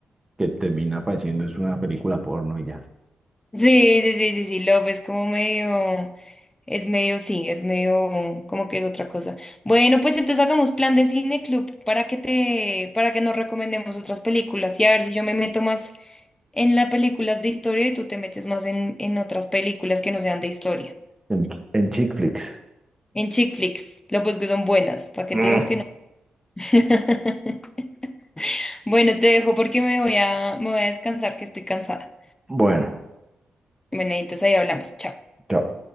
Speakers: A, on the right; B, on the left.
A: que termina pareciendo es una película porno y ya.
B: Sí, sí, sí, sí, sí, Love es como medio, es medio, sí, es medio, como que es otra cosa. Bueno, pues entonces hagamos plan de cine club para que te, para que nos recomendemos otras películas y a ver si yo me meto más en las películas de historia y tú te metes más en, en otras películas que no sean de historia.
A: En, en chick flicks.
B: En chick flicks, lo pues que son buenas, ¿para qué
A: Mm,
B: te digo que no? <laughs> Bueno, te dejo porque me voy a, me voy a descansar que estoy cansada.
A: Bueno,
B: Bueno, entonces ahí hablamos, chao.
A: chao.